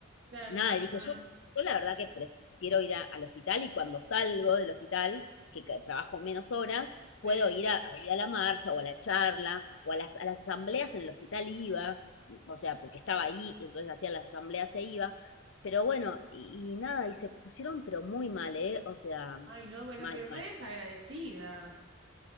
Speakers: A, on the right; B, on the left.
A: Claro,
B: Nada,
A: no,
B: y dije,
A: no,
B: yo,
A: no.
B: yo la verdad que prefiero ir a- al hospital y cuando salgo del hospital, que, ca- trabajo menos horas, puedo
A: Sí.
B: ir a, ahí a la marcha o a la charla o a las, a las asambleas en el hospital iba, m, o sea, porque estaba ahí, entonces hacía las asambleas se iba, pero bueno, y, y nada, y se pusieron pero muy mal, ¿eh? O sea,
A: Ay, no, bueno,
B: mal,
A: pero redes
B: mal.
A: agradecidas.